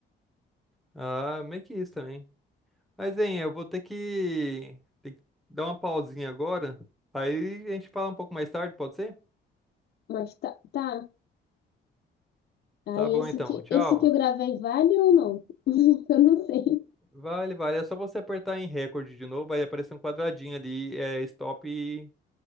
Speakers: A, in the centre; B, on the left.
A: Ah, meio que isso também. Mas, hein, eu vou ter que, ter que dar uma pausinha agora. Aí a gente fala um pouco mais tarde, pode ser?
B: Mas tá, tá. Aí
A: Tá bom
B: esse
A: então,
B: que,
A: tchau.
B: esse que eu gravei vale ou não? <laughs> Eu não sei.
A: Vale, vale. É só você apertar em recorde de novo, vai aparecer um quadradinho ali, é, stop e